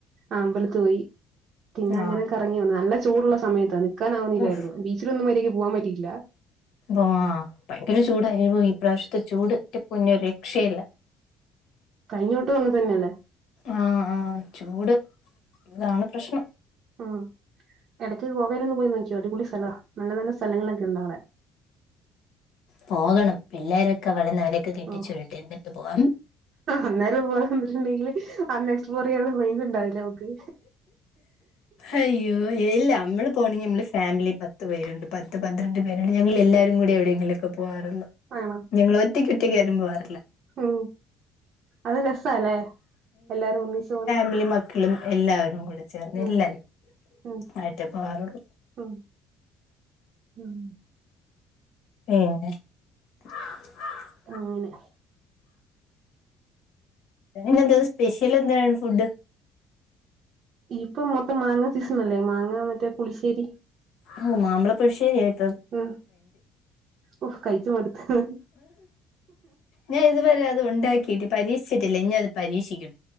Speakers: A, on the right (about 50°); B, on the left (about 75°).
A: അമ്പലത്ത് പോയി പിന്നെ അങ്ങനെ
B: ആഹ്
A: കറങ്ങി വന്നു നല്ല ചൂടുള്ള സമയത്ത നിക്കാൻ ആവുന്നില്ലായിരുന്നു
B: ഉഫ്
A: ബീ ച്ച്ലൊന്നും മര്യാക്ക് പോആൻ പറ്റിയിട്ടില്ല
B: അഹ് ഭയങ്കര ചൂടായി ഈ പ്രാവശ്യത്തെ ചൂട് എന്റെ പൊന്നോ ഒരു രക്ഷയില്ല
A: കഴഞ്ഞവട്ടൂം അങ്ങൻ തന്നെയല്ലേ
B: ആഹ് ആഹ് ചൂട് താണ് പ്രശ്നം
A: ഉം എടയ്ക്ക് ഗോവയിലൊന്ന് പോയി നോക്കിയോ അടിപൊളി സ്ഥല നല്ല നല്ല സ്ഥലങ്ങളൊക്കെണ്ട് അവിടെ
B: പോകണം പിള്ളേരൊക്കെ വളർന്ന് അവരൊക്കെ കെട്ടിച്ച്
A: ഉം
B: വിടട്ടെഎന്നിട്ട് പോകാം
A: അന്നേരം പോകാൻ നിന്നിട്ട്ണ്ട്ങ്കില് അന്ന് എക്സ്പോറ് <unintelligible> ണ്ടാഉലെ മക്ക്
B: അയ്യോ ഇല്ല നമ്മള് പോണെങ്കി നമ്മള് ഫാമിലി പത്ത് പേരുണ്ട് പത്ത് പന്ത്രണ്ട് പേരുണ്ട് ഞങ്ങൾ എല്ലാവരും കൂടി എവിടെയെങ്കിലും ക്കെ പോവാറുള്ളു
A: ആണോ
B: ഞങ്ങൾ ഒറ്റക്ക് ഒറ്റക്ക് ആരും പോവാറില്ല
A: ഉം അത് രസല്ലേ എല്ലാരും ഒന്നിച്ച് പോണെ
B: മിലി മക്കളും എല്ലാവരും കൂടെ ചേർന്ന്
A: ഉം
B: എല്ലാരും
A: ഉം
B: ആയിട്ടേ പോആറുള്ളു
A: ഉം ഉം
B: <unintelligible>
A: ആങ്നെ
B: ഇന്നന്താ സ്പെഷ്യൽ എന്താണ് ഫുഡ്
A: ഇപ്പൊ മൊത്തം മാങ്ങ സീസൺ അല്ലേ മാങ്ങ മറ്റേ പുളിശ്ശേരി
B: ഓഹ് മാമ്പളപ്പുശ്ശേരി ആയിട്ട
A: ഉം ഓഹ് കയിച്ച് മടുത്ണ്
B: ഞാൻ ഇതുവരെ അത് ഉണ്ടാക്കിട്ട് പരീക്ഷിച്ചിട്ടില്ല ഇനി അത് പരീക്ഷിക്കും